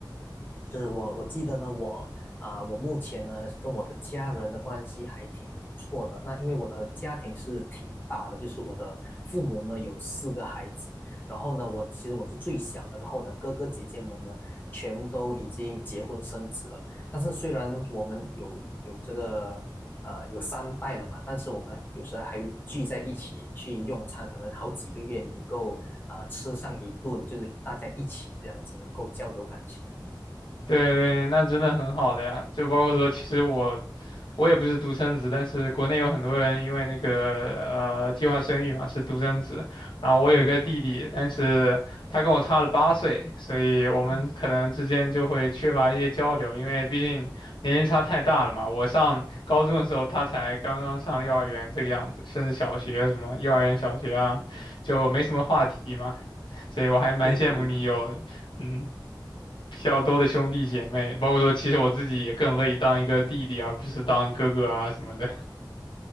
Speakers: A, on the left; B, on the left.
A: 是我我记得呢，我啊、我目前呢跟我的家人的关系还挺不错的。那因为我的家庭是挺大的，就是我的父母呢有四个孩子，然后呢我其实我是最小的，然后我的哥哥姐姐们呢全都已经结婚生子了。但是虽然我们有有这个呃有三代了嘛，但是我们有时候还会聚在一起去用餐，可能好几个月能够啊、呃吃上一顿，就是大家一起这样子能够交流感情。
B: 对对，那真的很好了呀。就包括说，其实我我也不是独生子，但是国内有很多人因为那个呃计划生育嘛是独生子，然后我有一个弟弟，
A: 嗯。
B: 但是他跟我差了八岁，所以我们可能之间就会缺乏一些交流，
A: 哦，
B: 因为毕竟年龄差太大了嘛。我上高中的时候，他才刚刚上幼儿园这个样子，甚至小学什么幼儿园、小学啊，就没什么话题嘛，所以我还蛮羡慕你有嗯
A: 对对对，
B: 比较多的兄弟姐妹，包括说其实我自己也更乐意当一个弟弟，而不是当哥哥啊什么的。